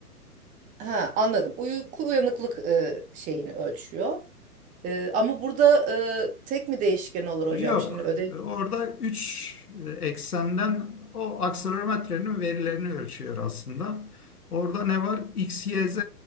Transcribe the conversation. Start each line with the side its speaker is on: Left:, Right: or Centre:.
Right: ha anladım. Uyku uyanıklık e, şeyini ölçüyor. E, ama burada e, tek mi değişken olur hocam?
Left: Yok.
Right: Şimdi ödev
Left: Orada 3 e, eksenden o akselerometrenin verilerini ölçüyor aslında. Orada ne var? X, Y, Z